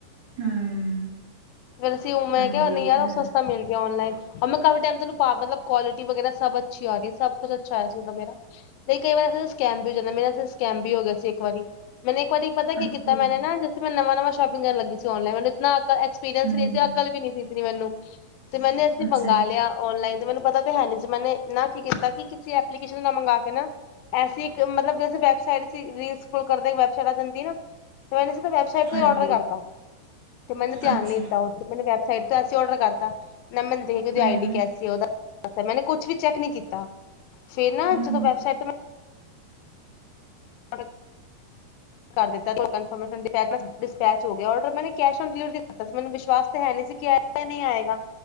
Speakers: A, on the right (about 50°); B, on the left (about 85°).
A: ਹਮ
B: ਜ਼ਰਸੀ, ਓ ਮੈਂ
A: ਹਾਂਜੀ
B: ਕਿਹਾ ਨਹੀਂ
A: ਇਹ
B: ਯਾਰ
A: ਤਾਂ ਹੈ
B: ਓ ਸਸਤਾ ਮਿਲ ਗਿਆ, ਔਨਲਾਈਨ। 'ਆ ਮੈਂ ਕਾਫ਼ੀ ਟਾਈਮ ਤੋ ਓਹਨੁੰ ਨਾ, ਮਤਲਬ ਕੁਆਲਿਟੀ ਵਗੈਰਾ ਸਭ ਅੱਛੀ ਆ ਰਹੀ, ਸਭ ਕੁਛ ਅੱਛਾ ਆਇਆ ਸੀ, ਓਦਾਂ ਮੇਰਾ। ਨਹੀਂ, ਕਈ ਵਾਰ ਤਾਂ ਸਕੈਮ ਵੀ ਹੋ ਜਾਂਦਾ, ਮੇਰਾ ਤੇ ਸਕੈਮ ਵੀ ਹੋਗਿਆ ਸੀ, ਇੱਕ ਵਾਰੀ। ਮੈਂਨੇ ਇੱਕ ਵਰੀ ਪਤਾ
A: ਅੱਛਾ
B: ਕੀ ਕੀਤਾ,
A: ਜੀ
B: ਮੈਂਨੇ ਨਾ, ਜਸਟ ਮੈਂ ਨਵਾਂ-ਨਵਾਂ ਸ਼ੋਪਿੰਗ ਕਰਨ ਲੱਗੀ ਸੀ, ਔਨਲਾਈਨ ਮੈਂ ਨਾ, ਐਕਸਪੀਰੀਅੰਸ
A: ਹਮ
B: ਨਹੀਂ ਸੀ, ਅਕਲ ਵੀ ਨੀ ਸੀ ਇਤਨੀ ਮੈਂਨੂੰ, ਤੇ ਮੈਂਨੇ ਸੀ
A: ਅੱਛਾ
B: ਮੰਗਾ
A: ਜੀ
B: ਲਿਆ, ਔਨਲਾਈਨ। ਤੇ ਮੈਂਨੂੰ ਪਤਾ ਤੇ ਹੈਨੀ ਸੀ, ਮੈਂਨੇ ਨਾ, ਕੀ ਕੀਤਾ ਕੀ ਕਿਸੇ ਐਪਲੀਕੇਸ਼ਨ ਮੰਗਾਕੇ ਨਾ ਐਸੀ ਇੱਕ, ਮਤਲਬ ਵੈਸੇ ਵੈਬਸਾਈਟ ਸੀ, ਰੀਲ ਸਕਰੋਲ ਕਰਦੇ, ਵੈਬਸਾਈਟ ਆ ਜਾਂਦੀ ਨਾ। ਤੇ ਮੈਂਨੇ ਸਿੱਧਾ ਵੈਬਸਾਈਟ ਤੋਂ
A: ਹਾਂਜੀ
B: ਹੀ ਔਡਰ ਕਰਤਾ, ਤੇ ਮੈਂਨੇ ਧਿਆਨ
A: ਅੱਛਾ
B: ਨਹੀਂ ਦਿੱਤਾ, ਮੈਨੇ ਵੈਬ ਸਾਈਟ ਤੋਂ ਅਸੀਂ ਔਡਰ ਕਰਤਾ, ਨਾ ''ਮੈਂ ਦੇ ਕਿ ਉਹਦੀ
A: ਹਮ
B: ਆਈ-ਡੀ ਕੈਸੀ ' <inaudible> ' ਮੈਂਨੇ ਕੁਛ ਵੀ ਚੈੱਕ ਨੀ ਕੀਤਾ, ਫਿਰ ਨਾ,
A: ਹਮ
B: ਜਦੋਂ ਵੈਬਸਾਈਟ ਮੈਂ
A: ' <inaudible>
B: ਕਰ ਦਿੱਤਾ, <unintelligible> ਡਿਸਪੈਚ, ਡਿਸਪੈਚ ਹੋਗਿਆ ਆਰਡਰ, ਮੈਂ ਨਾ ਕੈਸ਼ ਔਨ ਡਿਲੀਵਰੀ ਕਰਤਾ ਸੀ, ਮੈਨੂੰ ਵਿਸ਼ਵਾਸ ਤੇ ਹੈ ਨੀ ਸੀ ਕਿ ਐ ਨਹੀਂ ਆਏਗਾ,